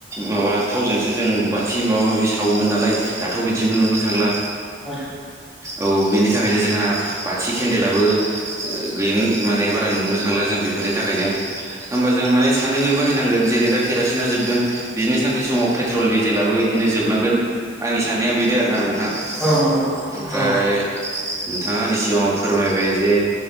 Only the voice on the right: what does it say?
माबा थावजोंसो जों बा माबा माबि सावोमोन नालाय दाथ' बिदिबो नुनो थांला
औ बिनि थाखायनो जोंहा बाथि केन्देलाबो गैय माने बारा नुनो थांला जों बे बेफोरनि थाखायनो होमबा जों माने सानैहय बाहैनांगोन जेरै दा केरासिना जोबदों बिदिनो सानसे समाव पेट्रल दि जेब्लाबो बिदिनो जोबलांगोन आंनि साननाया बेनो आरोना नोंथां। ओमफ्राय
नोंथाङानि सिगाङाव फोरमायबाय जे